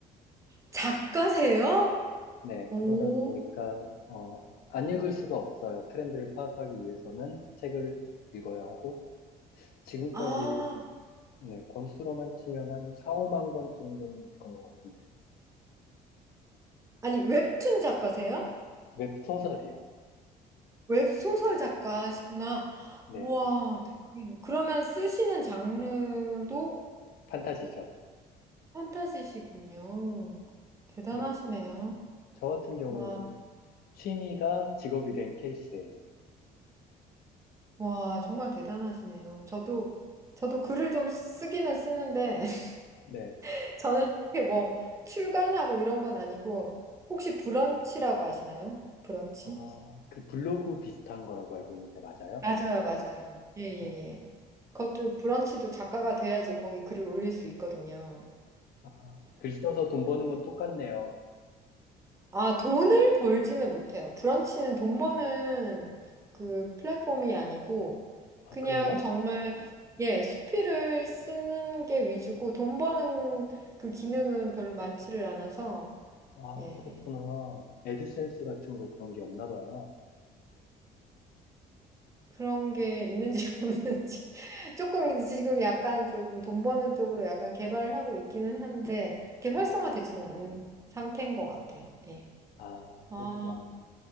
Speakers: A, on the right; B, on the left.
A: 작가세요?
B: 네,
A: 오,
B: 그러다 보니까, 어, 안 읽을 수가 없어요. 트렌드를 파악하기 위해서는 책을 읽어야 하고, 지금까지
A: 아,
B: 네, 권수로만 치면 한 4, 5만 권 정도는 읽은 것 같은데요.
A: 아니, 웹툰 작가세요?
B: 웹소설이요.
A: 웹소설 작가시구나.
B: 네,
A: 우와, 대박이네. 그러면 쓰시는 장르도
B: 판타지죠.
A: 판타지시군요. 대단하시네요.
B: 네, 저 같은 경우는
A: 와,
B: 취미가 직업이 된 케이스예요.
A: 와, 정말 대단하시네요. 저도, 저도 글을 좀 쓰기는 쓰는데,
B: 네,
A: <laughs> 저는 이렇게 뭐, 출간하고 이런 건 아니고, 혹시 브런치라고 아시나요? 브런치?
B: 어, 그 블로그 비슷한 거라고 알고 있는데 맞아요?
A: 맞아요, 맞아요. 예, 예,
B: 아,
A: 예. 그것도 브런치도 작가가 돼야지 거기 글을 올릴 수 있거든요.
B: 아, 글 써서 돈 버는 건 똑같네요.
A: 아, 돈을 벌지는 못해요. 브런치는 돈 버는 그 플랫폼이 아니고,
B: 아,
A: 그냥
B: 그래요?
A: 정말, 예, 수필을 쓰는 게 위주고, 돈 버는 그 기능은 별로 많지를 않아서,
B: 아,
A: 예.
B: 그렇구나. 애드센스 같은 거 그런 게 없나 봐요.
A: 그런 게 있는지 <laughs> 없는지. 조금 지금 약간 조금 돈 버는 쪽으로 약간 개발을 하고 있기는 한데, 그렇게 활성화되지는
B: 네.
A: 않는 상태인 것 같아요. 예.
B: 아,
A: 아.
B: 그렇구나.